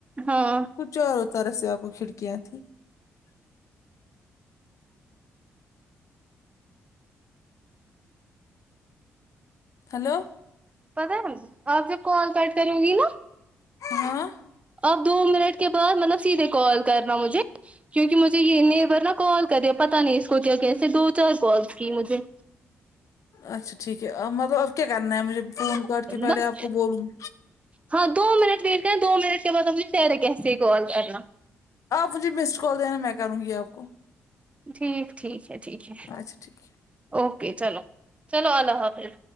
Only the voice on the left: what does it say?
چاروں طرح سے آپ کو کھڑکیاں تھی ہلو
ہاں
اچھا ٹھیک ہے مطلب اب کیا کرنا ہے مجھے فون کاٹ کے پہلے
آپ کو بولوں گی
آپ مجھے مس کال دینا میں کروں گی آپ کو
اچھا ٹھیک ہے